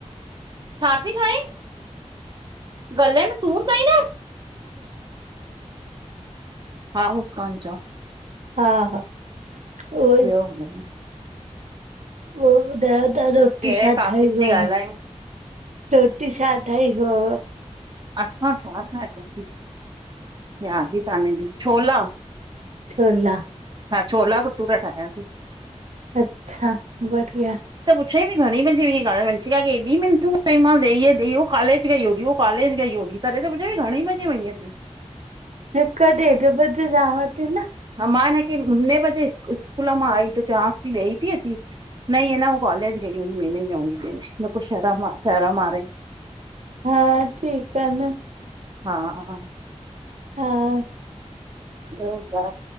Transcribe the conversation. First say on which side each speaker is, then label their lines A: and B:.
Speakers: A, on the right; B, on the right.
A: छाती खाई? गले में सुर तई न। <inaudible> हा मुसकान चओ।
B: हा हा उहो ई
A: ॿियो ॿुधायो?
B: ॿयो ॿुधायो ता रोटी
A: कहिड़े
B: छा
A: टॉपिक
B: ठाई हुयव?
A: ते ॻाल्हायूं
B: रोटी छा ठाई हुयव?
A: असां छा ठाहियोसीं? याद ई काने। <unintelligible> छोला।
B: छोला
A: हा छोला भटूरा ठाहयासीं।
B: अच्छा बड़िया।
A: <unintelligible> बि घणी बजे वई आ <unintelligible> वंशिका खे हेॾी मिनतू कई मास <unintelligible> वो कॉलेज गई होगी वो कॉलेज गई होगी। तॾह त ॿुधाए घणे बजे वञय तूं?
B: हिक ॾेढ बजे जांवा ती न।
A: हा मां हीन खे मुने बजे हिक स्कूल मां आई त चवास पई ॾई ती अचिस? न‌ई हे न वो कॉलेज गई होगी में न‌ई जाऊंगी देने, मेको शरम आ शरम आरही
B: हा ठीक आ न।
A: हा हा
B: हा।
A: ॿयो ॿुधायो